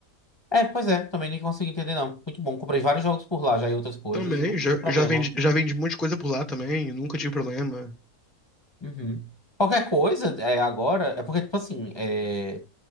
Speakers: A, on the left; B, in the centre.
A: É, pois é, também nem consegui entender, não. Muito bom. Comprei vários jogos por lá já e outras coisas
B: Também,
A: e nunca
B: já,
A: tive problema.
B: já vendi, já vendi um monte de coisa por lá também, nunca tive problema.
A: Uhum. Qualquer coisa é, agora, é porque, tipo assim, é,